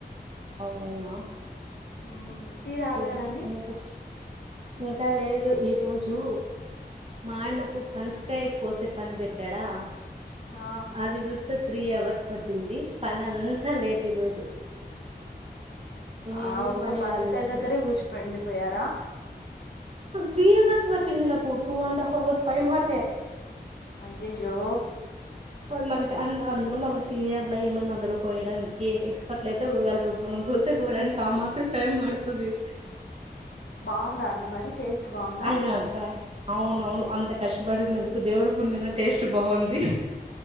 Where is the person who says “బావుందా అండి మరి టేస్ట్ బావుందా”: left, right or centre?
Left